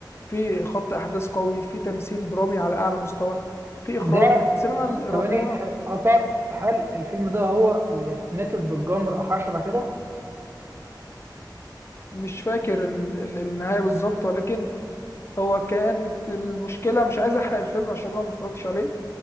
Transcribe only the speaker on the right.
ده
ثواني ح- قطعت هل الفيلم ده هو اللي اتماتت بالجمر او حاجه شبه كده؟